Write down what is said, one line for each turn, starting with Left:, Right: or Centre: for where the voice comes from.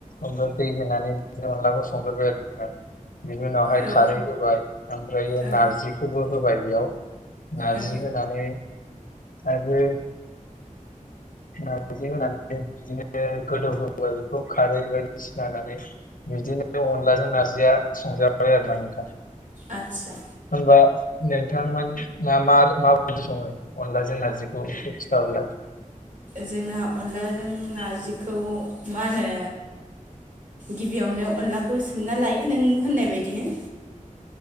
Left: अ दैनानै संग्रबाय आरो बिनि उनावहाय
Right: औ
Left: खारै होबाय ओमफ्र
Right: औ
Left: नारजिखौ खौबो होबाय बेयाव नारजि
Right: औ
Left: होनानै आरो ना बायदि होनानै बिदिनो गोदौहाय बेखौ खारै बायदिसिना होनानै बिदिनो अनलाजों नारजिया संजाबाय आरो ना नखा होनबा
Right: आदसा
Left: नोंथांमोना म माबायदि सङो अरला ज नजिखौथ अला
Right: जोंना अनलाजों नारजिखौ
Left: खिथाहरलाय
Right: मा होनो गिबियावनो अनलाखौ सोमना लायो नों होननाय बायदिनो